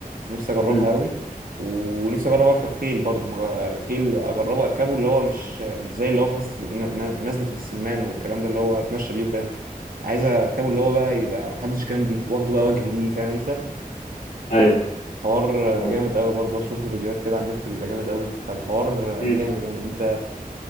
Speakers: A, on the right (about 70°); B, on the left (about 75°).
A: نفسي اجربها
B: امم
A: قوي ونفسي اجرب اركب خيل برضو مجا- الخيل اجربه اركبه اللي هو مش مش زي اللي هو في نزله ن- ن- نزلة السمان والكلام ده اللي هو اتمشى بيه وكان عايز اركبه اللي هو بقى يبقى محدش جنبي واخده بقى واجري بيه فاهم انت
B: ايوه
A: حوار
B: فاهم قصدك.
A: جامد قوي برضو اشوف له فيديوهات كده على النت بيبقى جامد قوي فالحوار
B: امم
A: جامد يعني انت